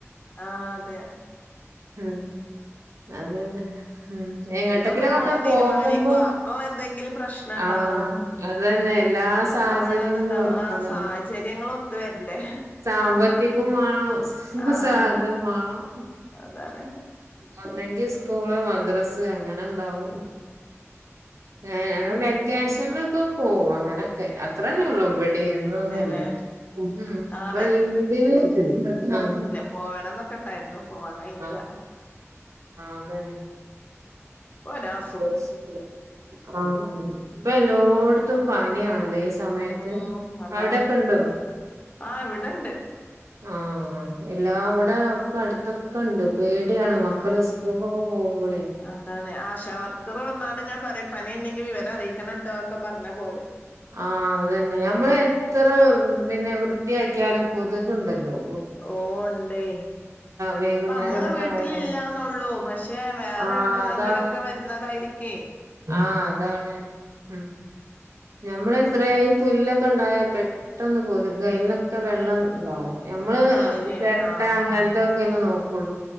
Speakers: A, on the left (about 35°); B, on the right (about 85°).
A: ആഹ് അതെ.
B: ഉം അതന്നെ. ഉം എങ്ങട്ടെങ്കിലൊക്കൊന്ന്
A: പിന്നെ ഒന്ന് പോണം തീരുമാനിക്കും
B: പോകുമ്പം
A: അപ്പൊ എന്തെങ്കിലും പ്രശ്നം ഉണ്ടാവും
B: ആഹ് അതന്നെ എല്ലാ സാഹചര്യങ്ങളും
A: അപ്പൊ അവിടെ അത് ഇതാ
B: ഒരുക്കണല്ലോ.
A: ആഹ് സാഹചര്യങ്ങൾ ഒത്തു വരണ്ടേ
B: സാമ്പ ത്തികും വാണം
A: ആഹ്
B: സാ ഇതും വാണം.
A: അതാണ്.
B: ഒന്നെങ്കി സ്കൂള് മദ്രസ് സ് അങ്ങനെണ്ടാവും ഏഹ് ഞങൾ വെ ക്കേഷൻലൊക്കെ പോവും. അങ്ങനൊക്കെ. അത്രെന്നൊള്ളൂ ഇവെ ടിം യെന്നൊന്നുല്ല.
A: അതെല്ലേ
B: ഹും
A: ആഹ്
B: ഇപ്പ ഈദ്ന്, ആഹ്
A: പോവണംന്നൊക്കെ ഇണ്ടായിരുന്നു പോവാൻ കഴിഞ്ഞില.
B: ആഹ് അതന്നെ
A: പ്പ വരാ ഹസ്
B: <unintelligible> ആഹ് ഇപ്പ എല്ലോട്ത്തും പനിയാണ് ല്ലേ. ഇ സമയത്ത്
A: ഉം അതാണ്
B: അവിടെക്കെ ണ്ടോ?
A: ആഹ് ഇവിടെണ്ട്.
B: ആഹ് എല്ലാ വടെ ഒക്കെ അടുത്തൊക്ക്ണ്ട്. പേടിയാണ് മക്കള്
A: ആഹ്
B: സ്കൂൾക്കൊക്കെ പോകുമ്പളേ.
A: അതാണ്. ആശ വർക്കർ വന്നാണ്ട് ഇങ്ങനെ പറ്യും പനിണ്ടെങ്കി വിവരം അറിയിക്കണം ട്ടോ ക്കെ പറഞ്ഞാ പോവല്.
B: ആഹ് അത് തന്നെ. ഞമ്മള് എത്ര പിന്നെ വൃത്തിയാക്കിയാലും കൊതുക്ണ്ടല്ലോ.
A: ഓഹ് ണ്ടേ.
B: വൈകുന്നേരം
A: ഇപ്പ നമ്മളെ
B: ഇങ്ങോട്ട്
A: വീട്ടിലില്ലാന്നൊള്ളൂ
B: ആയാല്
A: പക്ഷെ വേറെ
B: ആഹ്
A: എവിട്ന്നെങ്കിലൊക്കെ
B: അതാണ്
A: വ ര്ന്നതായിരിക്കേ.
B: ആഹ് അതാണ്. ഉം ഞമ്മൾ എത്രേ പുല്ലൊക്കെ ഇണ്ടായാ പെ ട്ടെന്ന് കൊതുക് അയിൽനൊക്കെ വെള്ളം ണ്ടാവും. ഞമ്മള്
A: ആണില്ലേ
B: ചെര്ട്ട
A: ആഹ്
B: അങ്ങൻത്തൊക്കെല്ലേ നോക്കൊള്ളൂ.